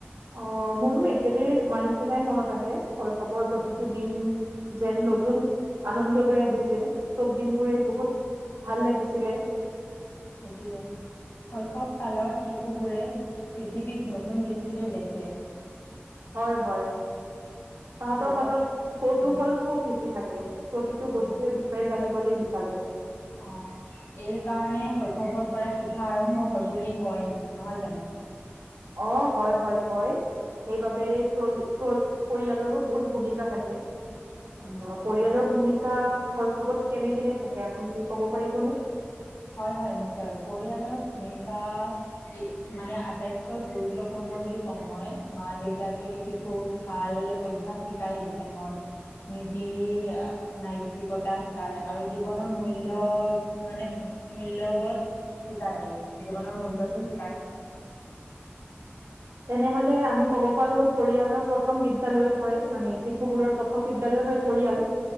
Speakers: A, on the right; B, on the left.
A: অ', মোৰো একেদৰে তোমাৰ নিচিনাই মনত আহে, শৈশৱৰ প্ৰতিটো
B: উম,
A: দিন যেন নতুন আনন্দ লৈ আহিছিল, চব দিনবোৰে বহুত ভাল লাগিছিলে।
B: সেইটোৱে। শৈশৱ কালত শিশুবোৰে পৃথিৱীক নতুন দৃষ্টিৰে দেখে।
A: হয়, হয়, তাহতৰ
B: সিহঁতৰ
A: মাজত কৌতুহল
B: উম,
A: খুব বেছি থাকে। প্ৰতিটো
B: হয়
A: বস্তুৰ বিষয়ে জানিবলৈ বিচাৰে।
B: অ', এই কাৰণে শৈশৱৰ পৰা শিক্ষা আৰম্ভ হয় বুলি কয়, নহয় জানো।
A: অ', হয়, হয়, কয়। সেইবাবে পৰ-পৰিয়ালৰো বহুত ভূমিকা থাকে। তাৰপিছত,
B: উম,
A: পৰিয়ালৰ ভূমিকা শৈশৱত কেনে কেনে থাকে আপুনি কব পাৰিবনে?
B: হয়, হয়, নিশ্চয়। পৰিয়ালৰ ভূমিকা ই মানে আটাইতকৈ গুৰুত্বপূৰ্ণ বুলি ক'ম মই, মা-দেউতাকে শিশুক ভাল অভ্যাস শিকায় সেইটো টাইমত। নীতি-নাইতিকতা শিকায়, আৰু জীৱনৰ মূল্য মানে মূল্যবোধ শিকায়, আৰু জীৱনৰ মূল্যটো শিকায়।
A: তেনেহ'লে আমি কব পাৰো, পৰিয়ালৰ প্ৰথম বিদ্যালয় হয় মানে শিশু বোৰৰ প্ৰথম বিদ্যালয় হৈ পৰিয়াল।